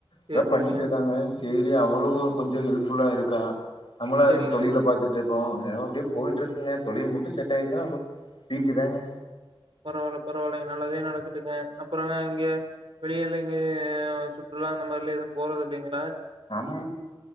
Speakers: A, on the right; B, on the left.
A: சேரி
B: எதோ
A: சேரிங்க.
B: பண்ணிட்டு இருக்காங்க செரி அவுளும் கொஞ்சம் ஹெல்ப்ஃபுல்லா இருக்கா நம்மள
A: சேரிங்க.
B: அந்த தொழில பாத்துட்டு கும் ஏதோ அப்டே போயிட்டு இருக்குங்க தொழில் மட்டும் செட் ஆயிடுச்சன்னா அப்புறம் பீக்குதாங்க
A: பரவாயில்ல பரவாயில்லைங்க நல்லதே நடக்கட்டுங்க அப்புறங்க இங்கே வெளியலா எங்கே சுற்றுலா அந்த மாரிலா எதுவும் போறதில்லைங்க
B: நம்